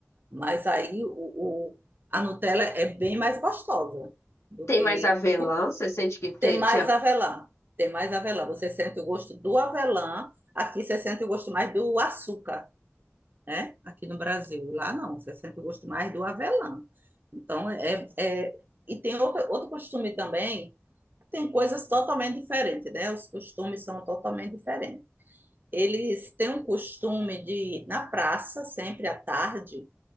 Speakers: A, on the right; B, on the left.
A: Mas aí o, o- a Nutella é bem mais gostosa do
B: tem
A: que
B: mais avelã,
A: por-
B: você sente que te-
A: tem mais
B: tinha.
A: avelã. Tem mais avelã. Você sente o gosto do avelã, aqui você sente o gosto mais do açúcar, né? Aqui no Brasil. Lá não, você sente o gosto mais do avelã. Então é, é- e tem outra, outro costume também, tem coisas totalmente diferentes, né? Os costumes são totalmente diferentes. Eles têm um costume de, na praça, sempre à tarde,